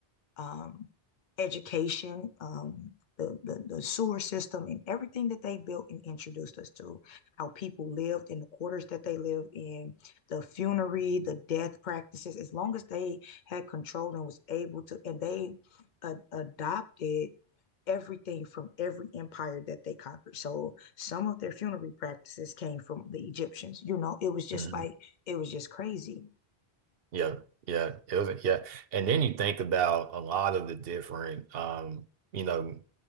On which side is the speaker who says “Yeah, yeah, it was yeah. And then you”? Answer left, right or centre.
Right